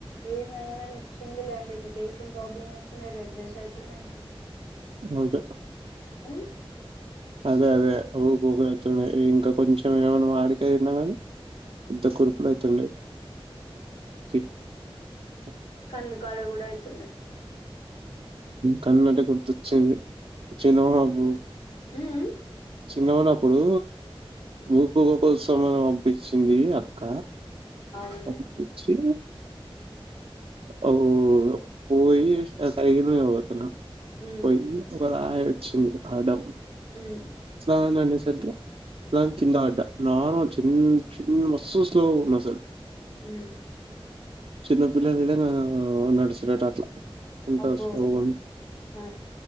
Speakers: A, on the left (about 80°); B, on the right (about 65°).
A: ఏమైనా కానీ సింగల్ అండ్ ఇరిటేషన్ ప్రాబ్లమ్ వస్తుందే రెడ్నెస్ అవుతుందే
B: ఓకే
A: హ్మ్
B: అదే అదే ఉకుగ <unintelligible> ఇంకా కొంచెం ఏమైనా వాడికైన కానీ ఇంత కుర్పులు అవుతుండ <unintelligible>
A: కన్నుకాడ కూడా అయితుంది
B: కన్ను అంటే గుర్తొచ్చింది <unintelligible> బ్రో
A: హ్మ్ హ్మ్
B: చిన్నగ ఉన్నప్పుడు ఉకు గ కోసమం పంపించింది అక్క,
A: అవును
B: పంపించి, ఆ పోయి సైకిల్ మీద పోతున్న
A: హ్మ్
B: పోయి ఒక రా వచ్చింది ఆ దబ్
A: హ్మ్
B: <unintelligible> నసర్కి <unintelligible> కింద పడ్డ నార్మల్ చిన్న చిన్న మస్తు స్లో ఉన్నా అసలు
A: హ్మ్
B: చిన్న పిల్లలుదంగా నడుసినట్ అట్లా అంత
A: అబ్బో!
B: స్లోగన్
A: ఆ!